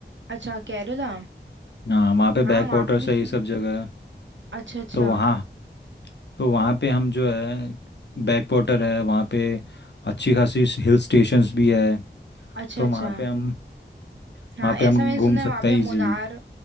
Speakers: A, on the right; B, on the left.
A: अच्छा केरला
B: हाँ वहाँ पे
A: हाँ
B: बैक
A: वहाँ
B: वाटर्स
A: पे भी सुन-
B: है ये सब जगह है
A: अच्छा अच्छा
B: तो वहाँ तो वहाँ पे हम जो है बैक वाटर है वहाँ पे अच्छी खासी हिल स्टेशंस भी है
A: अच्छा
B: तो
A: अच्छा
B: वहाँ पे हम
A: हाँ
B: वहाँ
A: ऐसा
B: पे हम
A: मैंने
B: घूम
A: सुना है
B: सकते
A: वहाँ पे
B: हैं
A: मुनार
B: इजीली